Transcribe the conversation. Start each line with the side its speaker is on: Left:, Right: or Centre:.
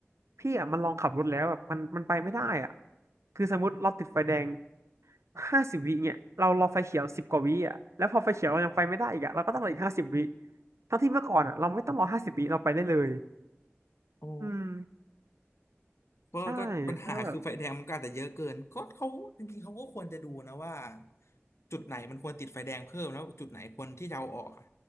Right: พี่อ่ะมันลองขับรถแล้วแบบมันมันไปไม่ได้อ่ะคือสมมติเราติดไฟแดงห้าสิบวิเนี่ยเรารอไฟเขียวสิบกว่าวิอ่ะแล้วพอไฟเขียวเรายังไปไม่ได้อีกอ่ะเราก็ต้องรออีกห้าสิบวิทั้งที่เมื่อก่อนอ่ะเราไม่ต้องรอห้าสิบวิเราไปได้เลย
Left: อ๋อ
Right: อืม
Left: เ็อร์ก็ปัญหาคือไฟแดงมันก็อาจจะเยอะเกินก็เขาจริงๆเขาก็ควรจะดูนะว่า
Right: ใช่แล้วแบบ
Left: จุดไหนมันควรติดไฟแดงเพิ่มแล้วจุดไหนควรที่จะเอาออกอะ